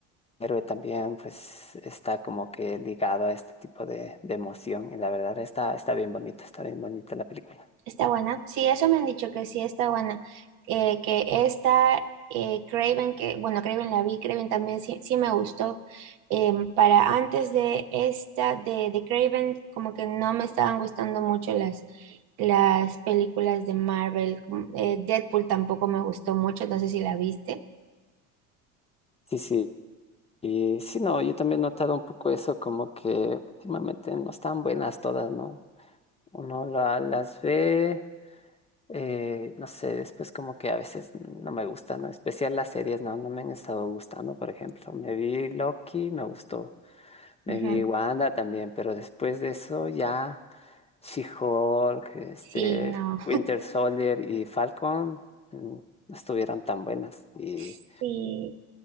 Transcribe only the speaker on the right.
está buena. Sí, eso me han dicho que sí está buena. Eh, que esta eh, Craven, que bueno, Craven la vi, Craven también sí, sí me gustó. Em, para antes de esta, de, de Craven, como que no me estaban gustando mucho las, las películas de Marvel. como- eh, Deadpool tampoco me gustó mucho, no sé si la viste.
Ujú.
Sí, no.
<laughs> Sí,